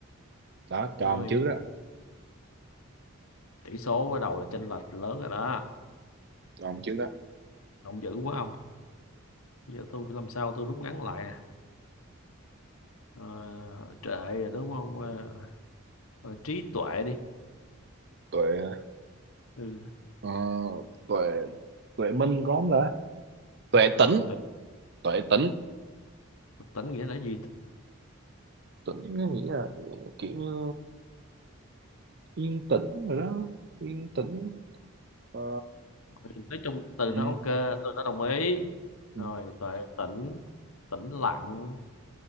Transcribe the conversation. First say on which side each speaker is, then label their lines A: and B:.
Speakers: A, on the right; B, on the left.
A: Đó, cho
B: rồi
A: ông trước đó.
B: tỷ số bắt đầu là chênh lệch lớn rồi đó
A: Cho ông trước đó.
B: động dữ quá ông giờ tôi phải làm sao tôi rút ngắn lại nè Ờ, trệ rồi đúng không Ờ, ờ, trí tuệ đi
A: Tuệ,
B: ừ
A: ờ, tuệ, tuệ minh có không ta? Tuệ
B: mà
A: tĩnh.
B: không tuệ
A: Tuệ tĩnh.
B: tỉnh nghĩa là gì
A: Tĩnh nó nghĩa là kiểu như yên tĩnh rồi đó. Yên tĩnh. Ờ,
B: Thì nói chung từ
A: ừ,
B: đó ok tôi đã đồng ý
A: ừ,
B: rồi tuệ tĩnh tĩnh lặng